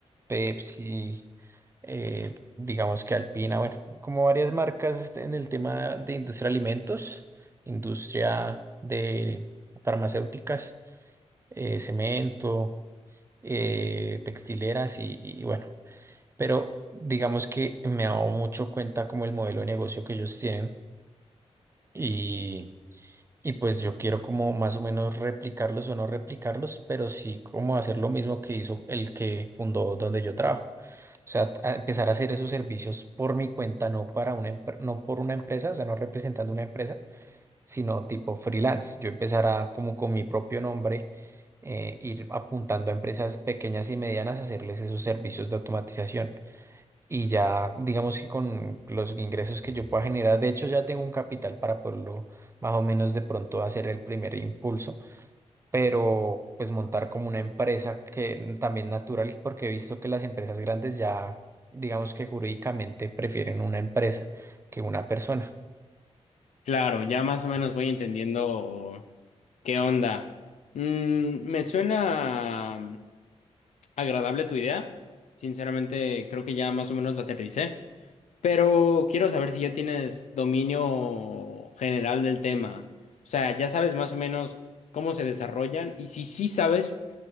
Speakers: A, on the right; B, on the left.
A: Pepsi, eh, digamos que Alpina, bueno, como varias marcas este, en el tema de industria de alimentos, industria de farmacéuticas, eh, cemento, eh, textileras y y bueno pero digamos que me he dado mucho cuenta como el modelo de negocio que ellos tienen y, y pues yo quiero como más o menos replicarlos o no replicarlos, pero sí como hacer lo mismo que hizo el que fundó donde yo trabajo. O sea, a empezar a hacer esos servicios por mi cuenta, no para una empre- no por una empresa, o sea, no representando una empresa, sino tipo freelance. Yo empezar a como con mi propio nombre eh, ir apuntando a empresas pequeñas y medianas a hacerles esos servicios de automatización. Y ya, digamos que con los ingresos que yo pueda generar, de hecho ya tengo un capital para poderlo más o menos de pronto hacer el primer impulso, pero pues montar como una empresa que también natural, porque he visto que las empresas grandes ya, digamos que jurídicamente prefieren una empresa que una persona.
B: Claro, ya más o menos voy entendiendo qué onda. Mm, me suena. Agradable tu idea. Sinceramente, creo que ya más o menos la aterricé. Pero quiero saber si ya tienes dominio general del tema. O sea, ya sabes más o menos cómo se desarrollan y si sí sabes,